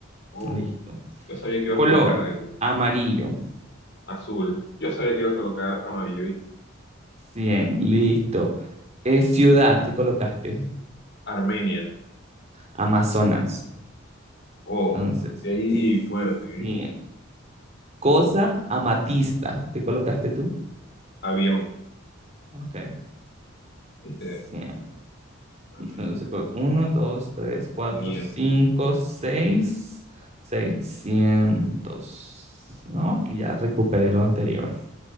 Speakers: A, on the left; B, on the right.
A: Oh,
B: Listo.
A: yo sabía que
B: Color,
A: ibas a colocar ahí.
B: amarillo.
A: Azul. Yo sabía que ibas a colocar amarillo. ¿viste?
B: 100. Listo. Eh, ciudad, ¿qué colocaste?
A: Armenia.
B: Amazonas.
A: Oh,
B: Entonces,
A: de ahí fuerte,
B: 100.
A: ¿eh?
B: Cosa, amatista. ¿Qué colocaste tú?
A: Avión.
B: Ok.
A: ¿Viste?
B: 100.
A: Ajá,
B: Listo. Entonces, uno, 2, 3, 4,
A: 500.
B: 5, 6, 600. No, aquí ya recuperé lo anterior.